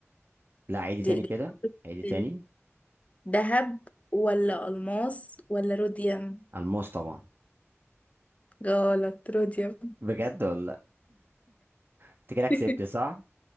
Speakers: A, on the right; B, on the left.
A: لا عيدي
B: دي
A: تاني كده عيدي
B: إجابة
A: تاني
B: دهب ولا ألماس ولا روديوم
A: الماس طبعا
B: غلط روديوم
A: بجد ولا <laughs> لأ؟ انت كده
B: <laughs>
A: كسبت صح